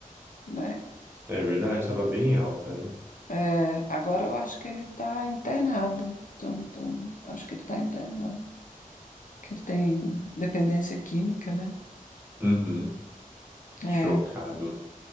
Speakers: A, on the left (about 65°); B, on the right (about 15°).
A: né?
B: É verdade, estava bem alta, né?
A: É, agora eu acho que ele está internado. Então, então, acho que ele está internado. Que ele tem dependência química, né?
B: Uhum, chocado.
A: É.